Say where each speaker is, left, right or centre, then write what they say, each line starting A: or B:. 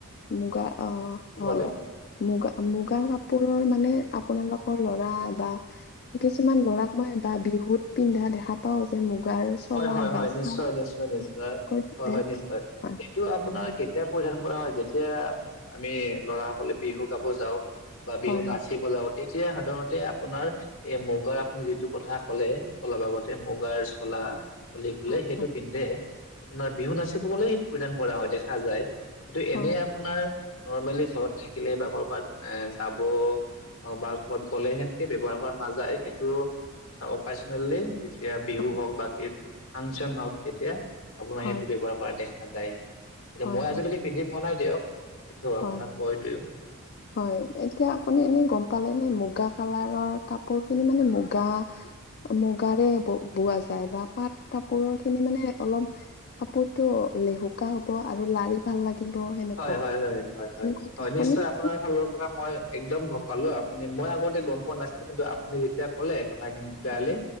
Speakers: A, on the left; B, on the left.
A: মুগা আহ,
B: কি
A: হয়।
B: ক'লে
A: মুগা মুগাৰ কাপোৰৰ মানে আপোনালোকৰ ল'ৰা বা কিছুমান ল'ৰাক মই বা বিহুত পিন্ধা দেখা পাও যে মুগাৰ চলা
B: হয় হয়
A: বা
B: হয়
A: চাৰ্ট
B: নিশ্চয় নিশ্চয় নিশ্চয়
A: পিন্ধে
B: হয় হয়শ্চ এছতাই
A: হয়
B: এইটো আপোনাৰ কেতিয়া পৰিধান কৰা হয় যেতিয়া আমি লৰা কলে বিহু গাব যাওঁ বা
A: হয়
B: বিহু
A: হয়
B: নাচিব যাওঁ তেতিয়া সাধাৰণতে আপোনাৰ এই মুগাৰ আপুনি যিটো কথা ক'লে অলপ আগতে মুগাৰ চলা, খলি খুললে
A: হয়
B: সেইটো
A: হয়
B: পিন্ধে আপোনাৰ বিহু নাচিব গলে সেইটো পৰিধান কৰা হয় দেখা যায়। কিন্তু
A: হয়
B: এনে
A: হয় হয়
B: আপোনাৰ নৰ্মেলি ঘৰত থাকিলে বা কৰ'বাত এ যাব অ, বাৰ ক'ৰবাত গ'লে সেনেকে ব্যৱহাৰ কৰা নাযায় সেইটোও অনেল এতিয়া বিহু
A: হয় হয়
B: হওক বাাক ফাংচন হওক তেতিয়া আপোনাৰ
A: হয়
B: সেইটো ব্যৱহাৰ কৰা দেখা যায়। কিন্তু
A: হয়
B: মই আজিলৈকে পিন্ধি পোৱা নাই দিয়ক এইটো
A: হয়
B: আপোনাক কৈ দিও।
A: <unintelligible> হয়, এতিয়া আপুনি এনেই গম পালেনে মুগা কালাৰৰ কাপোৰখিনি মানে মুগা মুগাৰে ব-বোৱা যায় বা পাট কাপোৰৰ খিনি মানে অলপ, কাপোৰতটো লেহুকা হব আৰু লাৰি ভাল লাগিব সেনেকুৱা।
B: হয় হয় হয় হয় হয়
A: সেনেকুৱাকে
B: হয়
A: আপুনি
B: নিশ্চয় আপোনাৰ
A: হয়
B: ফালৰ পৰা মই একদম গম পালো মই আগতে গম পোৱা নাছিলো কিন্তু আপুনি যেতিয়া ক'লে কথাখিনি ক্ললি
A: হয়